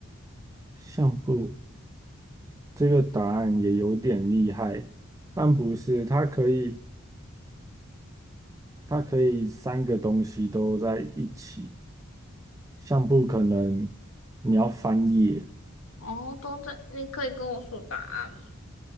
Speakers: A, on the right (about 15°); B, on the left (about 75°).
A: 相簿这个答案也有点厉害，但不是，它可以，它可以三个东西都在一起。相簿可能你要翻页，
B: 哦，都在，你可以跟我说答案吗？